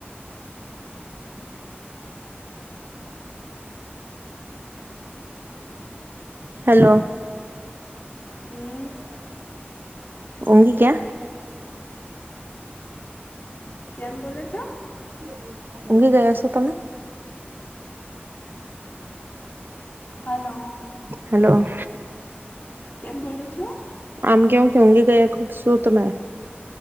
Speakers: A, on the right (about 55°); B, on the left (about 50°).
A: હલો.
B: હમ્મ.
A: ઊંંગી ગયા?
B: કેમ બોલો છો?
A: <unintelligible> ઊંઘી ગયા છો તમે?
B: હલો.
A: હલો.
B: કેમ બોલો છો?
A: આમ કેવ કે ઊઘી ગયા ખ શું તમે.